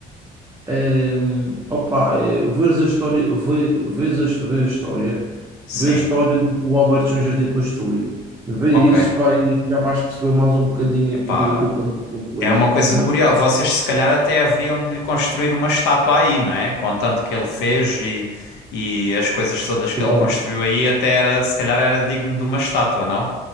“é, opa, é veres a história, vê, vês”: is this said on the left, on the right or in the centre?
Right